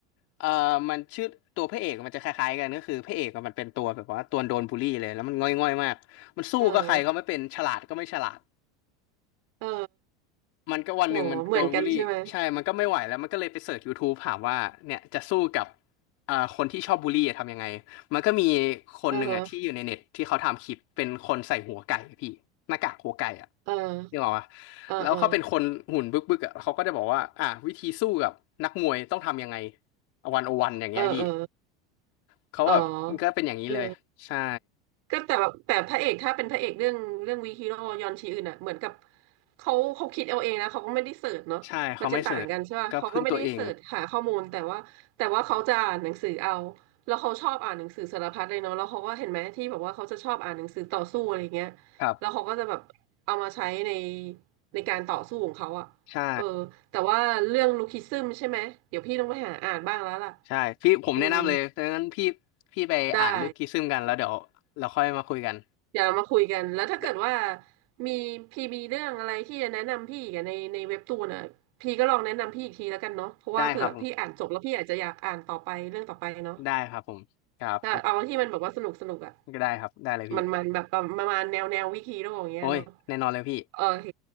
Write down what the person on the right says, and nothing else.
เออเออ
อ๋อเหมือนกันใช่ไหม
เอ่ฮะเออ
เออเออ
เออเออ
อ๋อเออ ก็แต่แบบแต่พระเอกถ้าเป็นพระเอกเรื่องเรื่องวีฮีโร่ยอนชีอึนอ่ะเหมือนกับเขาเขาคิดเอาเองนะเขาก็ไม่ได้เสิร์ชเนาะมันจะต่างกันใช่ป่ะเขาก็ไม่ได้เสิร์ชหาข้อมูลแต่ว่าแต่ว่าเขาจะอ่านหนังสือเอา
แล้วเขาชอบอ่านหนังสือสารพัดเลยเนาะแล้วเขาก็เห็นไหมที่แบบว่าเขาจะชอบอ่านหนังสือต่อสู้อะไรเงี้ย
แล้วเขาก็จะแบบเอามาใช้ในในการต่อสู้ของเขาอ่ะเออแต่ว่าเรื่องลูคิซึมใช่ไหมเดี๋ยวพี่ต้องไปหาอ่านบ้างแล้วล่ะ
อืม
ได้ เดี๋ยวเรามาคุยกันแล้วถ้าเกิดว่า
มีพี่มีเรื่องอะไรที่จะแนะนำพี่อีกันในในเว็บตูนอ่ะพี่ก็ลองแนะนำพี่อีกทีแล้วกันเนาะเพราะว่าเผื่อพี่อ่านจบแล้วพี่อาจจะอยากอ่านต่อไปเรื่องต่อไปเนาะ
ถ้าเอาที่มันแบบว่าสนุกสนุกอ่ะ
มันมันแบบประมาณแนวแนววิคิโร่อย่างเงี้ยเนาะ
โอเค